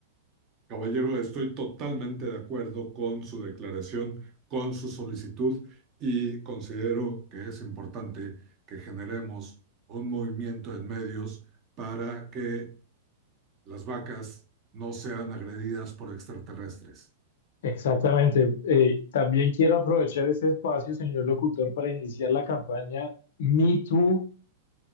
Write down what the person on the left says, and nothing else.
Exactamente. Eh, también quiero aprovechar este espacio, señor locutor, para iniciar la campaña Me Too